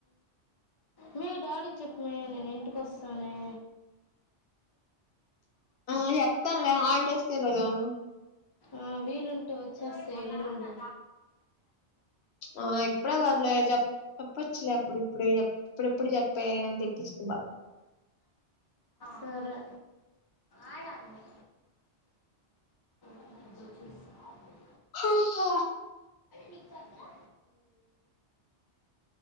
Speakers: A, on the left; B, on the left.
A: మీ డాడీకి చెప్పమే నేను ఇంటికోస్తానీ.
B: ఆహ్ మళ్లీ చెప్తాములే హాలిడేస్ కి పోయాము
A: ఆహ్ వీలుంటే వచ్చేస్తాయి ఎల్లుండి.
B: ఆ ఇప్పుడే కాదులే చెప్ చెప్పొచ్చులే అప్పుడు ఇప్పుడు ఇప్పుడిప్పుడు చెప్పే అని తెప్పించుకోవాలి
A: సరే. ఆడామే. చ
B: హమ్మ
A: నీకు చెప్పలే